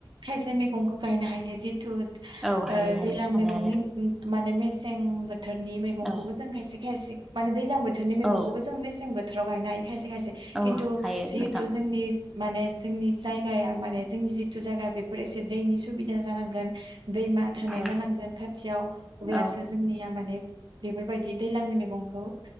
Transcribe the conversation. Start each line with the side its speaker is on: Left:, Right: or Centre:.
Right: खाइसे मेगंखो गायनो हायो जिथु ओ
Centre: औ हायो हायो
Right: दैलां
Centre: हानायालाय
Right: <unintelligible> माने मेसें बोथोरनि मैगंखौबो
Centre: औ
Right: जों खायसे खायस <inaudible> माने दैलां बोथोरनि मेगंखौबो
Centre: औ
Right: जों मेसें बोथोराव गायनो हायो खायसे खायसे
Centre: औ
Right: खिन्थु
Centre: हायो
Right: जिहिथु
Centre: नोंथां
Right: जोंनि माने जोंनि जायगाया माने जोंनि जिथु जागा बेफोर एसे दैनि सुबिदा जानांगोन दैमा थानाय
Centre: औ
Right: जानांगोन खाथियाव अब्लासो
Centre: औ
Right: जोंनिया माने बेफोरबायदि दैलांनि मेगंखौ